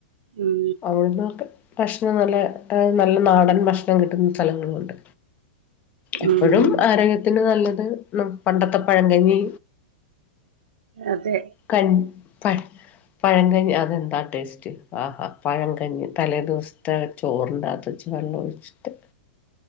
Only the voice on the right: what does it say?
ഉം
ഉം
അതെ